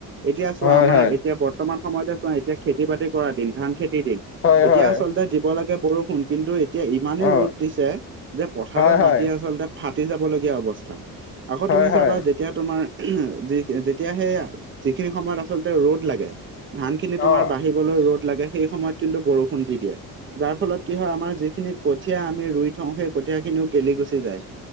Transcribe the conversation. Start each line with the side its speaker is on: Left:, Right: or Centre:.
Right: এতিয়া চোৱা
Left: হয়
Right: আমাৰ
Left: হয়
Right: এতিয়া বৰ্তমান সময়তে চোৱা এতিয়া খেতি-বাতি কৰা দিন, ধান খেতিৰ দিন
Left: হয়
Right: এতিয়া
Left: হয়
Right: আচলতে দিব লাগে বৰষুণ, কিন্তু এতিয়া ইমানেই
Left: অ
Right: ৰ'দ দিছে যে পথাৰৰ
Left: হয় হয়
Right: মাটি আচলতে ফাটি যাবলগীয়া অৱস্থা। আকৌ
Left: হয়
Right: তুমি
Left: হয়
Right: চাবা যেত তিয়া তোমাৰ, যি যেতিয়া সেই যিখিনি সময়ত আচলতে ৰ'দ লাগে ধান খিনি তোমাৰ
Left: অ
Right: বাঢ়িবলৈ ৰ'দ লাগে, সেই সময়ত কিন্তু বৰষুণ দি দিয়ে। যাৰ ফলত কি হয়, আমাৰ যিখিনি কঠীয়া আমি ৰুই থওঁ, সেই কঠীয়া খিনিও গেলি পচি যায়।